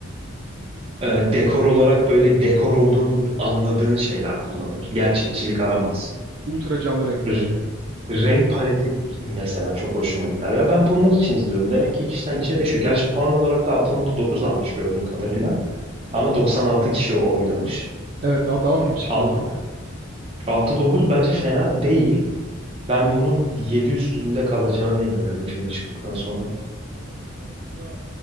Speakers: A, on the right; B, on the right.
A: Ee, dekor olarak böyle dekor olduğunu anladığın şeyler kullanır. Gerçekçilik
B: Doğru.
A: aramaz.
B: Ultra canlı renkler.
A: R- renk paleti mesela çok hoşuma gider. Ya ben bunlar için izliyorum. Demek ki kişiden kişiye değişiyor. Gerçi puan olarak da altı nokta dokuz almış gördüğüm kadarıyla. Ama 96 kişi oylamış.
B: Evet, aa, daha film çıkmadı
A: Altı
B: ama ya.
A: altı dokuz bence fena değil. Ben bunun 7 üstünde kalacağına inanıyorum film çıktıktan sonra.
B: Evet, evet. Ya